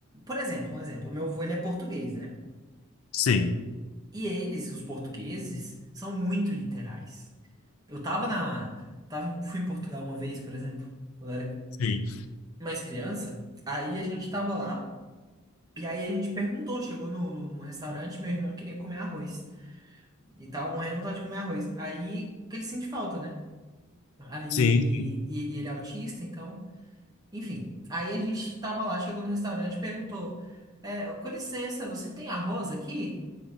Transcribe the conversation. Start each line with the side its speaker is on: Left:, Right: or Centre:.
Right: por exemplo, um exemplo, meu avô ele é português, né?
Left: Sim,
Right: E eles, os portugueses, são muito literais. Eu tava na, tava em- fui em Portugal uma vez, por exemplo, quando eu era
Left: sim,
Right: mais criança. Aí a gente tava lá e aí a gente perguntou, chegou no, no, no restaurante, meu irmão queria comer arroz e tava morrendo de vontade de comer arroz. Aí que ele sente falta, né? Aí
Left: sim, sim.
Right: e, e ele é autista, então Enfim, aí a gente tava lá, chegou no restaurante e perguntou: é, com licença, você tem arroz aqui?